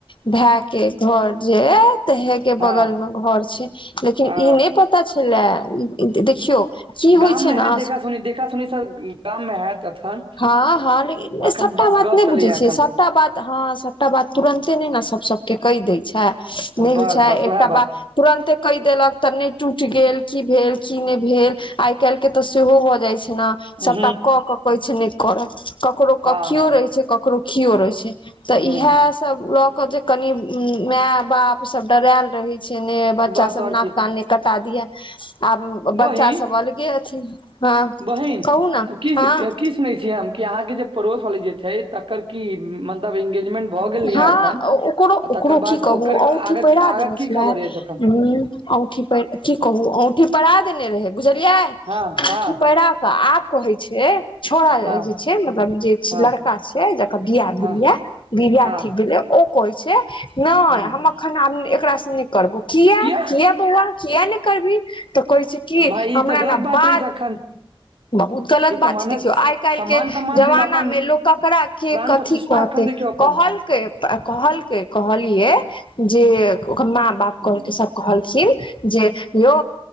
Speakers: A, on the left; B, on the right.
A: भाय के घर जात त हे के
B: हँ
A: बगल मे घर छै लेकिन
B: अ
A: ई नहि पता छले देखियौ की होइ
B: गाम
A: छै
B: मे
A: ने
B: हैत देखा देखा सुनि सब कम हैत एखन
A: हँ हँ लेकिन
B: अखन
A: सबटा
B: बस
A: बात
B: गप
A: नहि
B: चलैया
A: बुझै
B: एखन
A: छियै सब सबटा बात हँ सबटा बात तुरन्ते नहि ने सब सब के कहि दै छै नहि होइ
B: बस
A: छै
B: बस उएह
A: एकटा बात तुरन्ंते कहि देलक तऽ नहि टूटि गेल की भेल की नहि भेल आइ काल्हि के तऽ सेहो भऽ जाय छै ने सभटा
B: हूँ
A: कऽके कहै छै, नहि करब ककरो
B: हँ
A: कखनो
B: हँ
A: रहै छै, ककरो कहिओ रहै छै। तऽ
B: हूँ
A: इएहिसभ लऽ कऽ जे कनि माय बाप सभ डरायल रहैत छै ने। बच्चा
B: बस
A: सभ
B: आओर
A: नाक
B: की
A: कान नहि कटा दिए। आब
B: बहिन
A: बच्चा सभ अलगे अथि। हँ,
B: बहिन
A: कहू ने
B: की
A: हँ
B: की कि अहाँके जे पड़ोस वाली छथि, तकर की मन्तव्य इ? गेजमेंट भऽ गेल यऽ
A: हँ
B: एखन,
A: ओकरो
B: आ
A: ओकरो
B: तकर बाद
A: की कहू
B: ओकरा
A: औँठी पहिरा देने
B: की
A: छलै
B: खबर यऽ?
A: ह औँठी की कहू, औँठी पहिरा देने रहै बुझलियै,
B: हँ
A: औँठी
B: हँ
A: पहिरा। तऽ आब कहै छै। छोड़ा
B: हँ
A: जे छै, मतलब जे
B: हँ
A: लड़का छै, जकर बियाह भेलै
B: हँ
A: यऽ, बियाह
B: हँ
A: ठीक भेलै यऽ। ओ कहै छै, नहि,
B: हूँ
A: हम एखन एकरासँ नहि करब।
B: कियै
A: किएक बौआ, किएक नहि करबै? तऽ कहै छै की
B: भाय ई
A: हमरा
B: तऽ गलत
A: ने बात।
B: अछि एखन
A: बहुत गलत
B: ई
A: बात
B: तऽ माने
A: छै, देखियौ, आइ काल्हिक
B: सम्मान तम्मान
A: जमानामे
B: देखियौ अपन
A: लोक ककरा के
B: प्राण
A: कथी।
B: प्रतिष्ठा
A: कहते
B: एखन देखियौ अपन
A: कहलकै, कहलकै, कहलियै जे ओकर माँ बाप।
B: हूँ
A: कहलके सभ कहलखीन जे यौ,